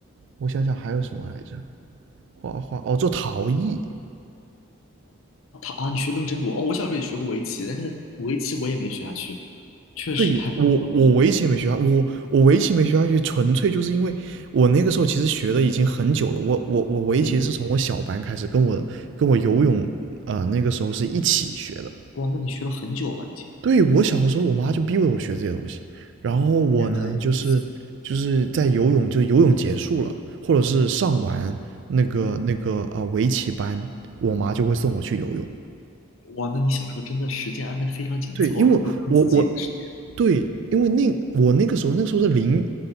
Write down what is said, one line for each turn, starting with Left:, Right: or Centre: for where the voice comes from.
Right: 我想想还有什么来着？画画哦，做陶艺。
Left: 他啊，你学的东西真多哦。我小时候也学过围棋，但是那个围棋我也没学下去，确实太难了，
Right: 对，我我围棋没学下，
Left: 我觉得。
Right: 我我围棋没学下去，纯粹就是因为我那个时候其实学的已经很久了。我我我围棋是从我小班开始，
Left: 嗯，
Right: 跟我跟我游泳，呃，那个时候是一起学的。
Left: 哇，那你学了很久了已经。
Right: 对，我小的时候，我妈就逼着我学这些东西，然后我呢，
Left: 原来如此。
Right: 就是就是在游泳，就游泳结束了，或者是上完那个那个啊、
Left: 嗯。
Right: 呃围棋班，我妈就会送我去游泳。
Left: 哇，那你小时候真的时间安排的非常紧凑，
Right: 对，因为我我
Left: 那有没有自己的时间
Right: 对，因为那我那个时候那个时候是零